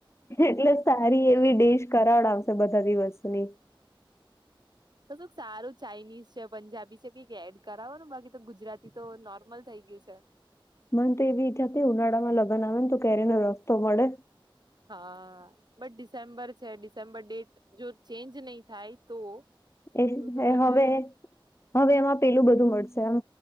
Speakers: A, on the left; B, on the right.
A: એટલે જ સારી એવી ડિશ કરાવડાવશે બધા દિવસ ની.
B: કશુક સારું ચાઇનીઝ છે પંજાબી છે કઈક એડ કરાવો ને બાકી તો ગુજરાત તી તો નોર્મલ થઈ ગયું છે.
A: મને તો એવી ઈચ્છા હતી ઉનાળામાં લગ્ન આવે ને તો કેરીનો રસ્તો મળે.
B: હા બટ ડિસેમ્બર છે ડિસેમ્બર ડેટ જો ચેન્જ નહી થાય તો.
A: એ
B: તો તું
A: એ
B: તને
A: હવે હવે એમાં પેલું બધું મળશે આમ